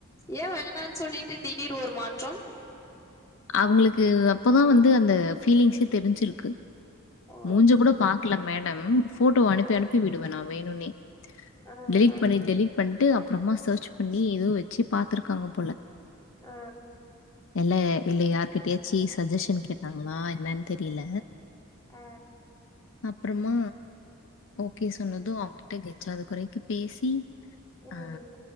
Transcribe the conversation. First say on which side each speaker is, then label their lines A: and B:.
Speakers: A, on the left; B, on the left.
A: ஏ வேணா சொல்லிட்டு திடீர் ஒரு மாற்றம்
B: அவுங்களுக்கு அப்பதா வந்து அந்த ஃபீலிங்ஸே தெரிஞ்சிருக்கு
A: ஓ
B: மூஞ்ச கூட பாக்கலா மேடம் போட்டோ அனுப்பி
A: ஆ
B: அனுப்பி விடுவ நா வேணுனே
A: ஆ
B: டெலிட் பண்ணி டெலிட் பண்ட்டு அப்றோமா சேர்ச் பண்ணி ஏதோ வச்சு பாத்துருக்காங்க போல
A: அ
B: எல்ல இல்ல யாருகிட்டயாச்சு சஜ்ஜஸன் கேட்டாங்ளா என்னன் தெரில
A: அ
B: அப்றோமா ஓகே சொன்னது அவ கிட்ட கெஞ்சாத குறைக்கு பேசி
A: ம்
B: ஆ